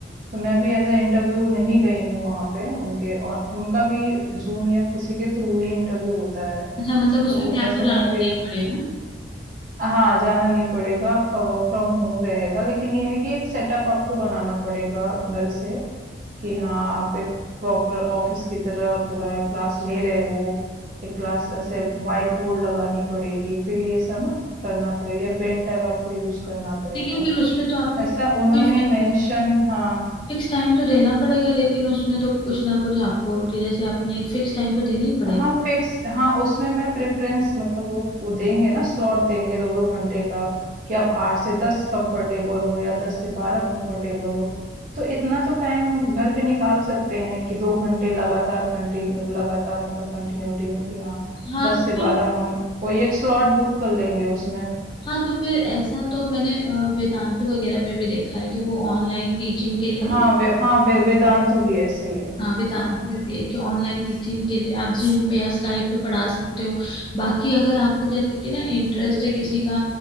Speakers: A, on the right (about 45°); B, on the left (about 25°).
A: तो मैं भी एज़ अ इंटरव्यू नहीं गई हूँ वहाँ पे उनके और उनका भी ज़ूम या किसी के थ्रू ही इंटरव्यू होता है।
B: अच्छा मतलब उसमें
A: तो
B: भी आपको
A: ऐसे
B: जाना
A: में अभी
B: नहीं पड़ेगा
A: हाँ, जाना नहीं पड़ेगा, आपका वर्क फ्रॉम होम रहेगा, लेकिन ये है कि एक सेटअप आपको बनाना पड़ेगा घर से। कि हाँ, आप एक प्रॉपर ऑफिस की तरह पूरा क्लास ले रहे हो। एक क्लास ऐसे व्हाइट बोर्ड लगानी पड़ेगी, फिर ये सब ना करना पड़ेगा या पेन टैब आपको यूज़ करना पड़ेगा।
B: लेकिन फिर उसमें तो आपको
A: ऐसा
B: कोई
A: उन्होंने
B: फिक्स
A: मेंशन हाँ।
B: फिक्स टाइम तो देना पड़ेगा लेकिन उसमें तो कुछ ना कुछ आपको कि जैसे आपने एक फिक्स टाइम तो देना ही पड़ेगा
A: हाँ फिक्स हाँ उसमें मैं प्रेफरेंस मतलब वो वो देंगे ना स्लॉट देंगे दो दो घंटे का कि आप आठ से दस कंफर्टेबल हो या दस से बारह कंफर्टेबल हो तो इतना तो टाइम हम घर पे निकाल सकते हैं कि दो घंटे लगातार कंटिन्यू लगातार मतलब कंटिन्यूटी में कि हाँ
B: हाँ
A: दस
B: तो
A: से बारह
B: फिर
A: हम कोई एक स्लॉट बुक कर लेंगे उसमें
B: हाँ तो फिर ऐसा तो मैंने अ, वेदांतु वगैरह में भी देखा है कि वो ऑनलाइन टीचिंग के लिए
A: हाँ
B: ना
A: वे, हाँ वे, वेदांतु भी ऐसे ही है
B: हाँ वेदांतों
A: हाँ
B: में भी है कि ऑनलाइन टीचिंग के लिए आप जूम पे या स्काइप पे पढ़ा सकते हो बाकी अगर आपको जैसे कि ना इंटरेस्ट है किसी का